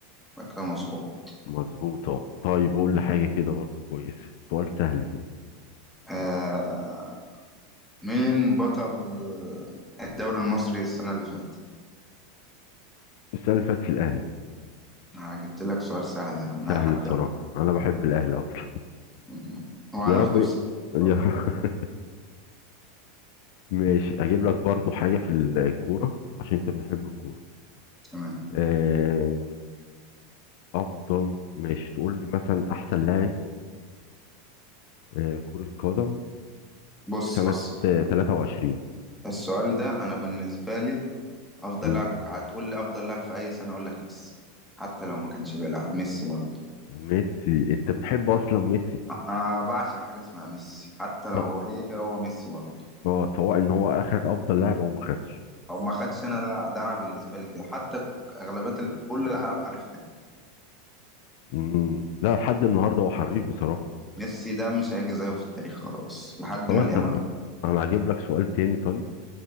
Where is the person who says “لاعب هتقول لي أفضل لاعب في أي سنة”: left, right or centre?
Centre